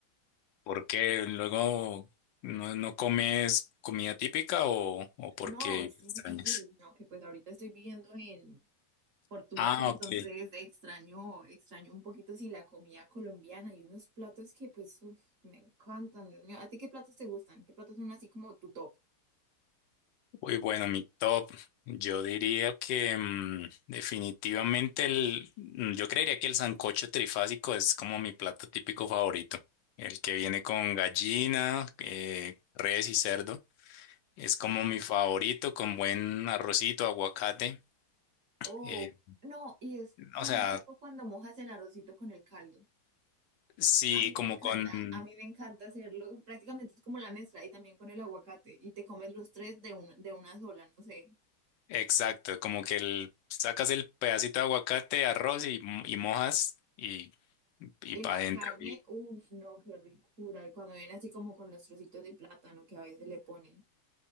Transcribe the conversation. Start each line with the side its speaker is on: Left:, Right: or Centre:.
Left: ¿Por qué luego no, no comes comida típica o, o por
Right: No,
Left: qué extrañas?
Right: sí, sí, sí. No, que pues ahorita estoy viviendo en Portugal,
Left: Ah,
Right: entonces
Left: ok.
Right: extraño, extraño un poquito sí la comida colombiana y unos platos que pues uf, me encantan, Dios mío. ¿A ti qué platos te gustan? ¿Qué platos son así como tu top?
Left: Uy, bueno, mi top, yo diría que mm, definitivamente el, mm, yo creería que el sancocho trifásico es como mi plato típico favorito. El que viene con gallina, eh, res y cerdo. Es como
Right: Ujú.
Left: mi favorito con buen arrocito, aguacate.
Right: Oh,
Left: eh,
Right: no, y es tan
Left: o sea,
Right: rico cuando mojas el arrocito con el caldo.
Left: sí,
Right: A mí
Left: como
Right: me encanta,
Left: con,
Right: a mí me encanta hacerlo. Prácticamente es como la mezcla y también con el aguacate. Y te comes los tres de, un- de una sola, no sé.
Left: exacto, como que el, sacas el pedacito de aguacate, arroz y, y mojas y, y
Right: Y
Left: para
Right: la
Left: adentro.
Right: carne, uff, no, qué ricura. Y cuando viene así como con los trocitos de plátano que a veces le ponen.